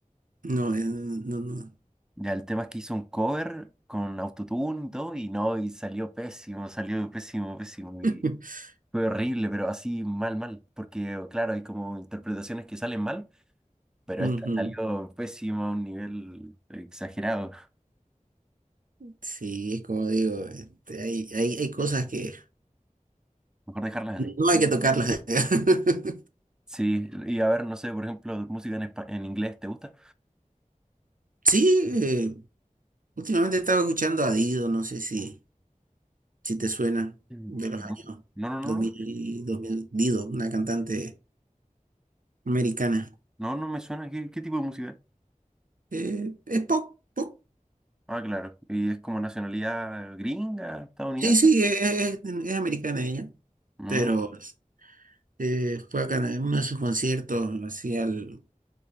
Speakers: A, on the right; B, in the centre.
A: no, eh, no, no, no.
B: Ya el tema es que hizo un cover con autotune y todo, y no, y salió pésimo, salió pésimo, pésimo, y
A: <laughs>
B: fue horrible, pero así mal, mal. Porque, claro, hay como interpretaciones que salen mal, pero
A: Ujú.
B: esta salió pésimo a un nivel exagerado.
A: Sí, como digo, este, hay, hay, hay cosas que
B: Mejor dejarlas
A: no
B: así.
A: hay que tocarlas. <laughs>
B: Sí, y a ver, no sé, por ejemplo, música en, espa- en inglés, ¿te gusta?
A: Sí, eh, últimamente estaba escuchando a Dido, no sé si, si te suena,
B: Mm,
A: de los
B: No,
A: años
B: no, no,
A: dos mil
B: no,
A: dos mil Dido, una cantante americana.
B: no, no me suena. ¿Qué, qué tipo de música?
A: Eh, es pop, pop.
B: Ah, claro. ¿Y es como nacionalidad gringa, estadounidense?
A: Sí, sí, es, es- es americana ella,
B: Mm,
A: pero Eh, fue acá en uno de sus conciertos, así al